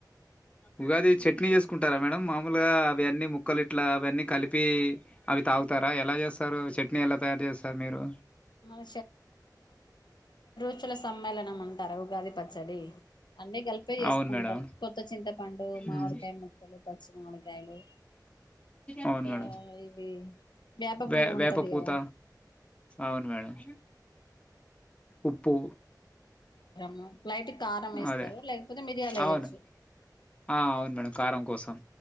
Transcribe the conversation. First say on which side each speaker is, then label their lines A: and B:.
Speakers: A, on the left (about 15°); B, on the left (about 75°).
A: ఉగాది చట్నీ చేస్కుంటారా మేడం మామూల్గా అవి అన్నీ ముక్ క్కలు ఇట్లా అవన్ని కలిపీ అవి తాగుతార ఎలా చేస్సరూ చట్ని ఎలా తయారు చేస్సరు మీరు
B: మన పచ్చుల సమ్మేళనం అంటారు ఉగాది పచ్చడి అన్ని కలిపె చేసుకుంటాం
A: అవును మేడం
B: కొత్త చింతపండు మావిడికాయ్
A: ఉమ్.
B: ముక్కలు పచ్చి మామిడికాయలు
A: అవును
B: ఇగ
A: మేడం
B: ఇవీ వేప
A: వే
B: పువ్వు ఉంటది
A: వేప పూత
B: కద
A: అవును మేడం ఉప్పు
B: మో లైట్ గా కారం వేస్తరు
A: అదే
B: లేకపోతే మిరియాల్ ఎయ్యొచ్చు
A: అవును ఆ అవును మేడం కారం కోసం